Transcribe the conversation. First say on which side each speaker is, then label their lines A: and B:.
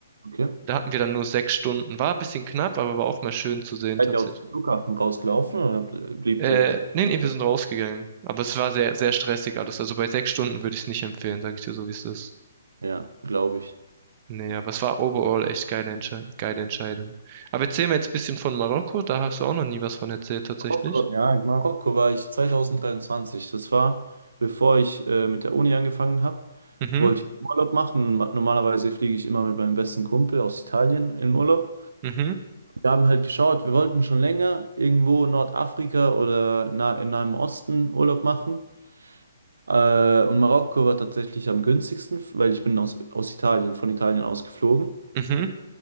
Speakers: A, on the right (about 80°); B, on the right (about 35°).
A: okay.
B: Da hatten wir dann nur sechs Stunden. War ein bisschen knapp, aber war auch mal schön zu sehen
A: Seid
B: tatsächlich.
A: ihr aus dem Flughafen rausgelaufen oder bl- bliebt
B: Äh,
A: ihr im
B: nee, nee,
A: Flughafen?
B: wir sind rausgegangen. Aber es war sehr, sehr stressig alles. Also bei sechs Stunden würde ich es nicht empfehlen, sage ich dir so, wie es ist.
A: Ja, glaube ich.
B: Nee, aber es war overall echt geile, Entsche geile Entscheidung. Aber erzähl mir jetzt ein bisschen von Marokko. Da hast du auch noch nie was von erzählt, tatsächlich.
A: Marokko, ja, in Marokko war ich 2023. Das war, bevor ich äh, mit der Uni angefangen habe,
B: Mhm,
A: wollte ich Urlaub machen. Ma- Normalerweise fliege ich immer mit meinem besten Kumpel aus Italien in Urlaub.
B: mhm,
A: Wir haben halt geschaut, wir wollten schon länger irgendwo in Nordafrika oder na in Nahem Osten Urlaub machen. Äh, und Marokko war tatsächlich am günstigsten, weil ich bin aus, aus Italien, von Italien aus geflogen.
B: mhm.